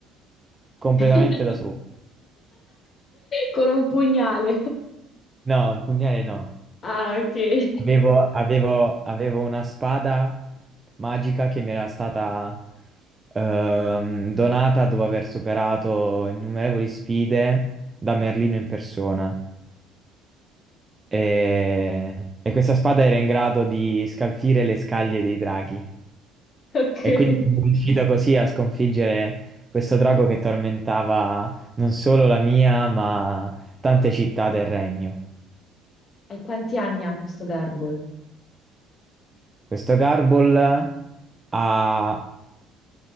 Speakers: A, on the right; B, on the left.
A: completamente
B: <laughs>
A: da solo.
B: Con un pugnale.
A: No, il pugnale no.
B: Ah, ok. <laughs>
A: Avevo, avevo- avevo una spada magica che mi era stata ehm, donata dopo aver superato innumerevoli sfide da Merlino in persona. E, e questa spada era in grado di scalfire le scaglie dei draghi.
B: Ok.
A: E
B: E
A: quindi sono riuscito così a sconfiggere questo drago che tormentava non solo la mia, ma tante città del regno.
B: quanti anni ha questo Garbo?
A: Questo Garble ha